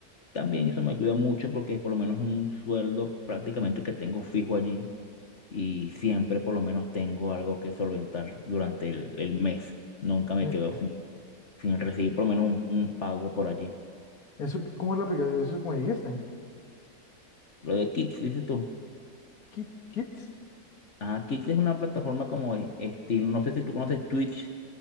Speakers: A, on the left; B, on the left.
A: también eso me ayuda mucho porque por lo menos es un sueldo prácticamente que tengo fijo allí y siempre por lo menos tengo algo que solventar durante el, el mes. Nunca me
B: Eh,
A: quedo sin, sin recibir por lo menos un un pago por allí.
B: Eso, ¿cómo es la aplicación? Eso, como dijiste?
A: Lo de Kick, dices tú.
B: Kit, Kits.
A: Ah, Kick es una plataforma como e- estilo, no sé si tú conoces Twitch,